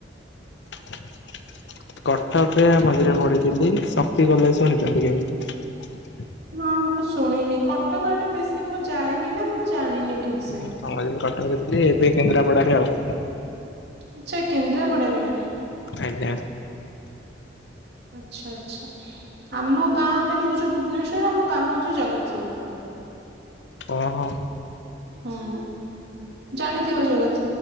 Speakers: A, on the left; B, on the right.
A: ଟ୍ଵେଲ୍ କଟକରେ ମଝିରେ ପଢିଥିଲି। ଶକ୍ତି କଲେଜ ଶୁଣିଚନ୍ତି କେବେ?
B: ନାଁ ମୁଁ ତ ଶୁଣିନି। କଟକ ଆଡ଼େ ବେଶୀ ମୁଁ ଯାଏନି ନାଁ ମୁଁ ଜାଣିନି। ଠିକ ସେ।
A: ମୁଁ ଥରେ ହିଁ କଟକରେ ଥିଲି ଏବେ କେନ୍ଦ୍ରାପଡ଼ାରେ ଆଉ।
B: ଆଚ୍ଛା କେନ୍ଦ୍ରାପଡ଼ାରେ।
A: ଆଜ୍ଞା।
B: ଆଚ୍ଛା ଆଚ୍ଛା ଆମ ଗାଁ ଆମେ ରହୁଚୁ ଭୁବନେଶ୍ୱର ଆମ ଗାଁ ହଉଚି ଜଗତସିଂ ପୁର
A: ଓହୋ
B: ହୁଁ। ଜାଣିଥିବ ଜଗତ